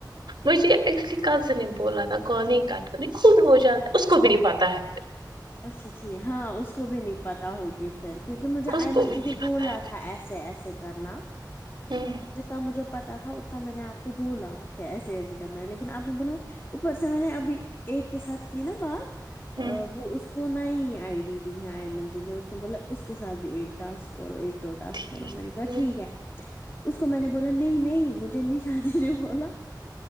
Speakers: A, on the right; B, on the left.
A: مجھے ایکچولی کزن نے بولا تھا کال نہیں کاٹ کرنے خود ہو جاتا ہے اس کو بھی نہیں پتا ہے پھر
B: اچھا چھی ہاں اس کو بھی نہیں پتا ہوگی پھر کیونکہ مجھے
A: پھر اس
B: آئیمن
A: کو بھی
B: دی
A: نہیں
B: نے
A: پتا
B: بولا
A: ہے
B: تھا ایسے ایسے کرنا
A: پھر ہوں
B: جتنا مجھے پتا تھا اتنا میں نے آپ کو کو بولا کیا ایسے ایسے کرنا ہے لیکن آپ نے بولا اوپر سے میں نے ابھی ایک کے ساتھ کی نا بات
A: ہوں
B: وہ اس کو نئی آئی ڈی دی ہے آئیمن دی نے اس نے بولا اس کے ساتھ بھی ایک ٹاسک کرو ایک دو ٹاسک
A: ٹھیک
B: کرو میں نے کہا
A: ہوں
B: ٹھیک ہے اس کو میں نے بولا نہیں نہیں مجھے نہیں شادی نے بولا